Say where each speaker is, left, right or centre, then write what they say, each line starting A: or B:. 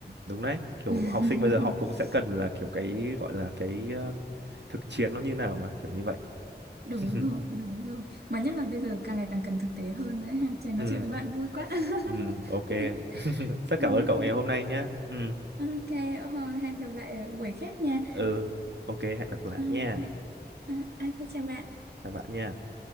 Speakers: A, on the right (about 85°); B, on the right (about 65°).
A: đúng đấy kiểu
B: <laughs>
A: học sinh bây giờ họ cũng sẽ cần là kiểu cái gọi là cái ờ, thực chiến nó như nào mà kiểu như vậy
B: Đúng
A: <laughs>
B: rồi, đúng rồi. Mà nhất là bây giờ càng ngày càng cần thực tế hơn nữa ha. Trời nói
A: ừ,
B: chuyện với bạn vui quá.
A: ừ, ok
B: <laughs>
A: <laughs> rất
B: Ok.
A: cảm ơn cậu ngày hôm nay nhé ừ,
B: Ok, ờ, hẹn gặp lại ở buổi khác nha.
A: ừ ok hẹn gặp lại
B: Ok,
A: nha
B: à, ok, chào bạn.
A: chào bạn nha